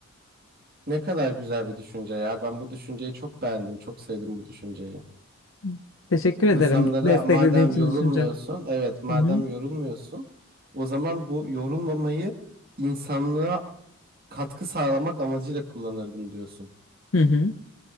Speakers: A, on the right; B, on the left.
A: Ne kadar güzel bir düşünce ya. Ben bu düşünceyi çok beğendim. Çok sevdim bu düşünceyi.
B: Hı. teşekkür
A: İnsanlara
B: ederim desteklediğin
A: madem
B: için
A: yorulmuyorsun,
B: düşüncemi.
A: evet madem
B: Hı hı.
A: yorulmuyorsun, o zaman bu yorulmamayı insanlığa katkı sağlamak amacıyla kullanırdım diyorsun.
B: Hı hı.